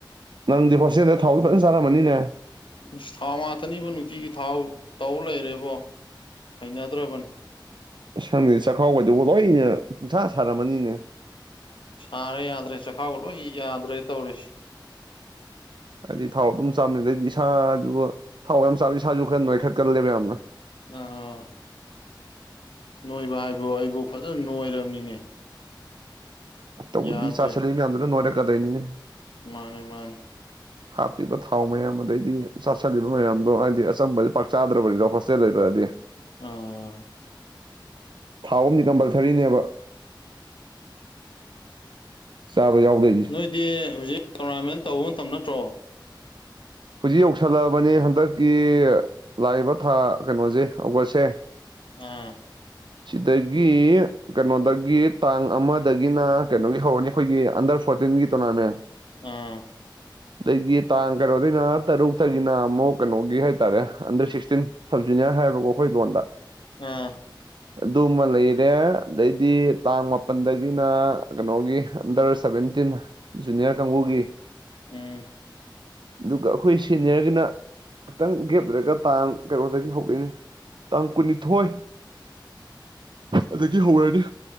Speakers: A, on the right; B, on the left.
A: ꯅꯪꯗꯤ ꯍꯣꯁꯇꯦꯟꯗ ꯊꯥꯎꯗꯤ ꯐꯖꯅ ꯆꯥꯔꯝꯃꯅꯤꯅꯦ
B: ꯑꯁ ꯊꯥꯎ ꯉꯥꯛꯇꯅꯤꯕꯣ ꯅꯨꯡꯇꯤꯒꯤ ꯊꯥꯎ ꯇꯧ ꯂꯩꯔꯦꯕꯣ ꯍꯩꯅꯗ꯭ꯔꯕꯅꯤ
A: ꯁꯪꯗꯦ ꯆꯥꯛꯈꯥꯎꯒꯗꯨꯕꯨ ꯂꯣꯏꯅ ꯄꯨꯡꯁꯥ ꯁꯥꯔꯝꯃꯅꯤꯅꯦ
B: ꯁꯥꯔꯦ ꯌꯥꯗ꯭ꯔꯦ ꯆꯈꯥꯎꯒ ꯂꯣꯏ ꯌꯥꯗ꯭ꯔꯦ ꯇꯧꯔꯤꯁꯦ
A: ꯍꯥꯏꯗꯤ ꯊꯥꯎ ꯑꯗꯨꯝ ꯆꯥꯝꯃꯦ ꯑꯗꯩꯗꯤ ꯏꯁꯥꯁꯨꯕꯨ ꯊꯥꯎ ꯌꯥꯝ ꯆꯥꯕ ꯏꯁꯥꯁꯨ ꯈꯔ ꯅꯣꯏꯈꯠꯀꯜꯂꯦꯕ ꯌꯥꯝꯅ
B: ꯑꯥ ꯅꯣꯏꯕ ꯍꯥꯏꯕꯨ ꯑꯩꯕꯨ ꯐꯖꯅ ꯅꯣꯏꯔꯕꯅꯤꯅꯦ
A: ꯇꯧꯕꯨꯗꯤ
B: ꯌꯥꯗ꯭ꯔꯦ
A: ꯆꯥꯁꯜꯂꯤ ꯃꯌꯥꯝꯗꯨ ꯅꯣꯏꯔꯛ ꯀꯗꯣꯏꯅꯤꯅꯦ
B: ꯃꯥꯟꯅꯦ ꯃꯥꯟꯅꯦ
A: ꯍꯥꯞꯄꯤꯕ ꯊꯥꯎ ꯃꯌꯥꯝ ꯑꯗꯩꯗꯤ ꯆꯥꯥꯁꯜꯂꯤꯕ ꯃꯌꯥꯝꯗꯣ ꯍꯥꯏꯗꯤ ꯑꯆꯝꯕꯗꯤ ꯄꯥꯛ ꯆꯥꯗ꯭ꯔꯕꯅꯤꯗꯣ ꯍꯣꯁꯇꯦꯜ ꯂꯩꯕꯗꯤ
B: ꯑꯥ
A: ꯊꯥꯎ ꯑꯗꯤ ꯀꯝꯄꯜꯁꯔꯤꯅꯦꯕ ꯆꯥꯕ ꯌꯥꯎꯗꯣꯏꯅꯦ
B: ꯑꯗꯨꯗꯤ ꯍꯧꯖꯤꯛ ꯇꯣꯔꯅꯥꯃꯦꯟ ꯇꯧꯕ ꯃꯇꯝ ꯅꯠꯇ꯭ꯔꯣ
A: ꯍꯧꯖꯤꯛ ꯌꯧꯁꯜꯂꯛꯑꯕꯅꯦ ꯍꯟꯗꯛꯀꯤ ꯂꯥꯛꯏꯕ ꯊꯥ ꯀꯩꯅꯣꯁꯦ ꯑꯣꯒꯁꯁꯦ
B: ꯑꯥ
A: ꯁꯤꯗꯒꯤ ꯀꯩꯅꯣꯗꯒꯤ ꯇꯥꯡ ꯑꯃꯗꯒꯤꯅ ꯀꯩꯅꯣꯒꯤ ꯍꯧꯔꯅꯤ ꯑꯩꯈꯣꯏꯒꯤ ꯑꯟꯗ꯭ꯔ ꯐꯣꯔꯇꯤꯟꯒꯤ ꯇꯣꯔꯅꯥꯃꯦꯟ
B: ꯎꯝ
A: ꯑꯩꯗꯤ ꯇꯥꯡ ꯀꯩꯅꯣ ꯑꯩꯅ ꯇꯔꯨꯛꯇꯒꯤꯅ ꯑꯃꯨꯛ ꯀꯩꯅꯣꯒꯤ ꯍꯥꯏꯇꯥꯔꯦ ꯑꯟꯗꯔ ꯁꯤꯛꯁꯇꯤꯟ ꯁꯕꯖꯨꯅꯤꯌ꯭ꯔ ꯍꯥꯏꯕꯀꯣ ꯑꯩꯈꯣꯏ ꯂꯣꯟꯗ
B: ꯑꯥ
A: ꯑꯗꯨꯃ ꯂꯩꯔꯦ ꯑꯗꯩꯗꯤ ꯇꯥꯡ ꯃꯥꯄꯟꯗꯒꯤꯅ ꯀꯩꯅꯣꯒꯤ ꯑꯟꯗꯔ ꯁꯚꯦꯟꯇꯤꯟ ꯖꯨꯅꯤꯌ꯭ꯔ ꯀꯥꯡꯒꯨꯒꯤ
B: ꯎꯝ
A: ꯑꯗꯨꯒ ꯑꯩꯈꯣꯏ ꯁꯦꯅꯤꯌ꯭ꯔꯒꯤꯅ ꯈꯤꯇꯪ ꯒꯦꯞ ꯂꯩꯔꯒ ꯇꯥꯡ ꯀꯩꯅꯣꯗꯒꯤ ꯍꯧꯗꯣꯏꯅꯦ ꯇꯥꯡ ꯀꯨꯟꯅꯤꯊꯣꯏ ꯑꯗꯒꯤ ꯍꯧꯔꯅꯤ